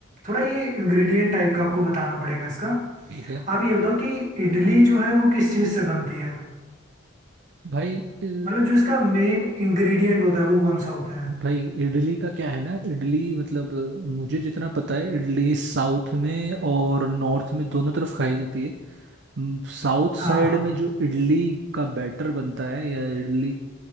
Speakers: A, on the right (about 35°); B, on the right (about 55°).
A: थोड़ा ये इंग्रेडिएंट टाइप का आपको बताना पड़ेगा इसका
B: ठीक है
A: आप ये बताओ कि इडली जो है वो किस चीज़ से बनती है
B: भाई अ,
A: मतलब जो इसका मेन इंग्रेडिएंट होता है वो कौन सा होता है
B: भाई इडली का क्या है ना इडली मतलब अ, मुझे जितना पता है इडली साउथ में और नॉर्थ में दोनों तरफ खाई जाती है साउथ साइड
A: हाँ हाँ
B: में जो इडली का बैटर बनता है या इडली